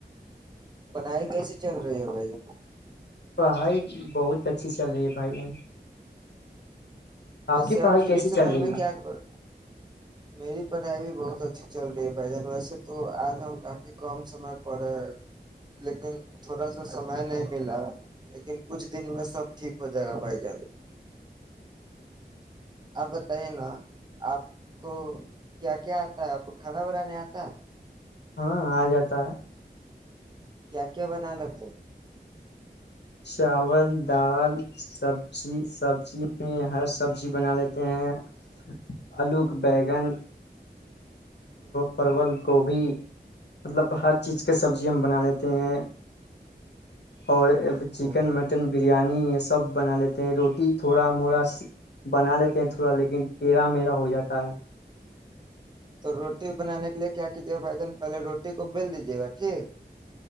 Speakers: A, on the right; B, on the left.
A: پڑھائی کیسے چل رہی ہے بھائی
B: پڑھائی بہت اچھی چل رہی ہے بھائی
A: ویسے
B: کی پڑھائی
A: آپ فھر
B: کیسی چل
A: سمے
B: رہی
A: میں
B: ہے
A: کیا کر میری پڑھائی بھی بہت اچھی چل رہی ہے بھائی جان ویسے تو آج ہم کافی کم سمے پڑھے لیکن تھوڑا سا سمے نہیں ملا لیکن کچھ دن میں سب ٹھیک ہو جائے گا بھائی جان آپ بتائیے نا آپ کو کیا کیا آتا ہے آپ کو کھانا بنانے آتا
B: ہاں آ جاتا ہے
A: کیا کیا بناال تھ
B: چاول دال سبزی سبزی میں ہر سبزی بنا لیتے ہیں آلو کے بیگن پرول گوبھی مطلب ہر چیز کے سبزی ہم بنا لیتے ہیں اور چکن
A: او
B: مٹن بریانی سب بنا لیتے ہیں روٹی تھوڑا موڑا بنا لیتے ہیں تھوڑا لیکن تیڑا میڑا ہو جاتا ہے
A: تو روٹی بنانے کے لیے کیا کیجیے گا بھائی جان پہلے روٹی کو بل دیجے گا ٹھیک